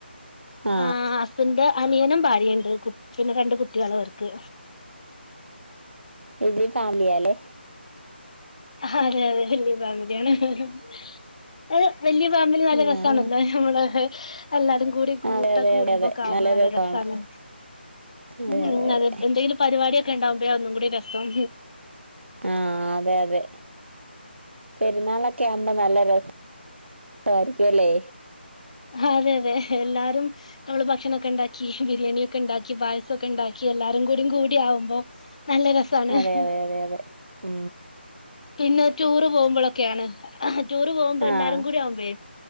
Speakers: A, on the right; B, on the left.
A: ആ
B: ആഹ് ഹസ്ബൻഡിന്റെ അനിയനും ഭാര്യുണ്ട് കു പിന്നെ രണ്ട് കുട്ടികള അവർക്ക്
A: വലിയ ഫാമിലിയല്ലേ
B: അതെ അതെ വലിയ ഫാമിലിയാണ് <unintelligible> അത് വലിയ ഫാമിലി നല്ല രസാണല്ലോ
A: ആഹ്
B: നമ്മള് എല്ലാവരും കൂടി കൂട്ട
A: അതെ അതെ
B: കൂടുമ്പോക്കാവുമ്പോ
A: അതെ അതെ
B: നല്ല
A: രസാണ്
B: രസമാണ്
A: അതെ
B: ഉം
A: അതെ അതെ
B: അത എന്തെങ്കിലും പരിപാടിക്കെ ഉണ്ടാവുമ്പ ഒന്നും കൂടി രസം
A: ആ അതെ അതെ പെരുന്നാളൊക്കെ ആകുമ്പോ നല്ല രസംസമായിരിക്കുംല്ലേ
B: ഹ അതെ അതെ എല്ലാരും നമ്മള് ഭക്ഷണൊക്കെ ഉണ്ടാക്കി ബിരിയാണിയ ഒക്കെ ഉണ്ടാക്കി പായസമൊക്കെ ഉണ്ടാക്കി എല്ലാരും കൂടി ആവുമ്പോ നല്ല രസാണ്
A: അതെ അതെ അതെ ഉ
B: പിന്നെ ടൂർ പോകുമ്പോഴൊക്കെയാണ് ടൂർ പോകുമ്പോൾ
A: ആഹ്
B: എല്ലാരും കൂടി ആവുന്ബെ